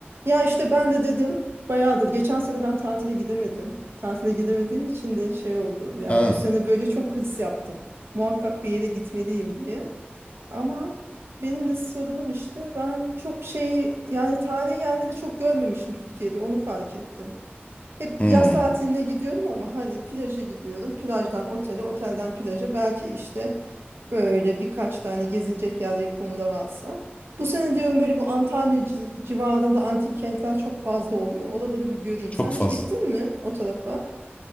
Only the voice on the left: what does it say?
Ha,
hmm,
çok
fazla.